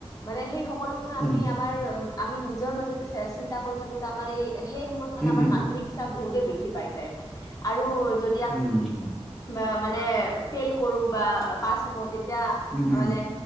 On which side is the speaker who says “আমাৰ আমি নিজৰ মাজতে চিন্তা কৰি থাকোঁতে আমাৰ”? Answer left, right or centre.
Left